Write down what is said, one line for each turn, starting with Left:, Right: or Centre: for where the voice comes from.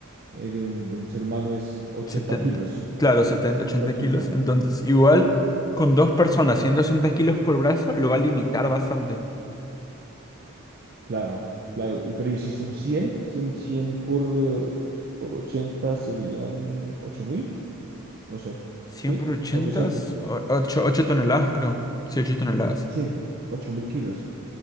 Right: eh, de un, de un ser humano es 80
Left: setenta
Right: kilos,
Left: Claro, setenta
Right: setenta
Left: ochenta
Right: ochenta
Left: kilos. Entonces, igual con dos personas, 160 kilos por brazo, lo va a limitar bastante.
Right: Claro, claro. Y- Pero ¿y si son cien cien 100 por, eh, por 80 serían ocho mil no sé,
Left: 100
Right: ¿sí?
Left: por 80,
Right: ochocientos
Left: 8 8 toneladas, creo. Sí, 8 toneladas.
Right: Sí, 8.000 kilos.